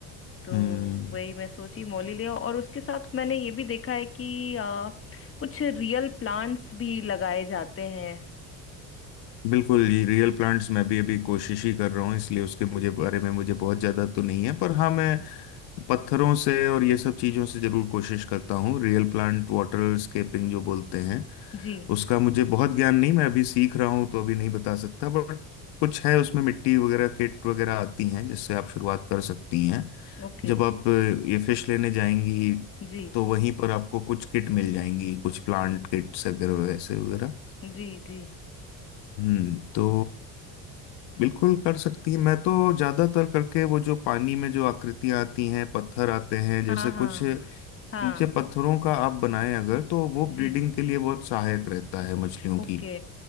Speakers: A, on the left (about 35°); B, on the left (about 80°).
A: तो
B: हम्म
A: वही मैं सोची मौली ले आऊं और उसके साथ मैंने ये भी देखा है कि आ, कुछ रियल प्लांट्स भी लगाए जाते हैं
B: बिल्कुल ये रियल प्लांट्स मैं भी अभी कोशिश ही कर रहा हूँ इसलिए उसके मुझे बारे में मुझे बहुत ज्यादा तो नहीं है पर हाँ मैं
A: जी
B: पत्थरों से और ये सब चीजों से जरूर कोशिश करता हूँ रियल प्लांट वाटर स्केपिंग जो बोलते हैं
A: जी
B: उसका मुझे बहुत ज्ञान नहीं मैं अभी सीख रहा हूँ तो अभी नहीं बता सकता बट कुछ है उसमें मिट्टी वगैरह किट वगैरह आती हैं जिससे आप शुरुआत कर सकती हैं
A: ओके
B: जब आप अ, ये फिश लेने जाएंगी
A: जी
B: तो वहीं पर आपको कुछ किट मिल जाएंगी कुछ प्लांट किट्स अगर वैसे वगैरह
A: जी जी
B: हम्म तो बिल्कुल कर सकती है मैं तो ज्यादातर करके वो जो पानी में जो आकृतियां आती हैं पत्थर आते हैं जैसे
A: हाँ हाँ
B: कुछ नीचे
A: हाँ
B: पत्थरों का आप बनाएं अगर तो वो
A: जी
B: ब्रीडिंग के लिए बहुत सहायक रहता है मछलियों
A: Okay
B: की